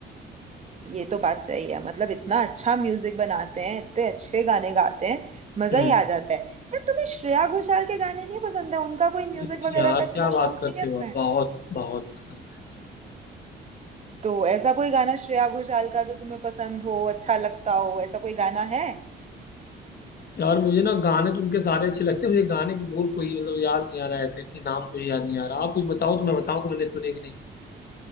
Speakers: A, on the right; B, on the left.
A: ये तो बात सही है मतलब इतना अच्छा म्यूजिक बनाते हैं इतने अच्छे गाने गाते हैं मजा
B: हम्म
A: ही आ जाता है यार तुम्हें श्रेया घोषाल के गाने नहीं पसंद है उनका कोई म्यूजिक
B: क्यों नहीं
A: वगैरह
B: यार
A: का इतना
B: क्या बात
A: शौक
B: करते
A: नहीं है
B: हो
A: तुम्हें
B: आप बहुत बहुत पसंद है
A: तो ऐसा कोई गाना श्रेया घोषाल का जो तुम्हें पसंद हो अच्छा लगता हो ऐसा कोई गाना है
B: यार मुझे ना गाने तो उनके सारे अच्छे लगते हैं मुझे गाने के बोल कोई मतलब याद नहीं आ रहा है ऐसे कि नाम कोई याद नहीं आ रहा आप कुछ बताओ तो मैं बताऊं कि मैंने सुने कि नहीं